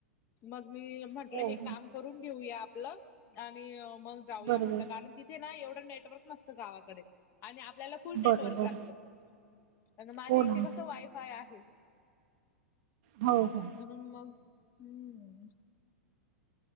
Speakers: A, on the left; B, on the right.
A: मग मी म्हटलं
B: हो
A: हे काम करून घेऊया आपलं आणि मग जाऊया
B: बरोबर
A: म्हटलं कारण ति ते ना एवढं नेटवर्क नसतं गावाकडे आणि आपल्याला फुल नेटवर्क
B: बरोबर
A: लागतो कार माझ्या
B: हो
A: इथे
B: ना
A: कसं वायफाय आहे
B: हो हो
A: म्हणून मग हम्म